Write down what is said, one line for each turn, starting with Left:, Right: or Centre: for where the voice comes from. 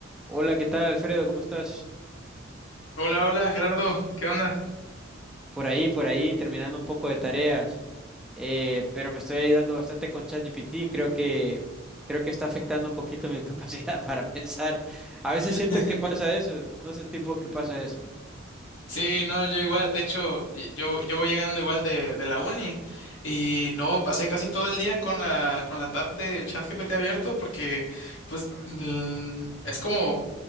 Centre: Hola, ¿qué tal, Alfredo? ¿Cómo estás?
Left: Hola, hola Gerardo, ¿qué onda?
Centre: Por ahí, por ahí, terminando un poco de tareas, eh, pero me estoy ayudando bastante con ChatGPT. Creo que, creo que está afectando un poquito mi <laughs> capacidad para pensar. A veces
Left: <laughs>
Centre: siento que pasa eso, no sentís vos que pasa eso.
Left: Sí, no, yo igual, de hecho, y- yo, yo voy llegando igual de, de la uni y no, pasé casi todo el día con la, con la tab del chat GPT abierto porque pues mm, es como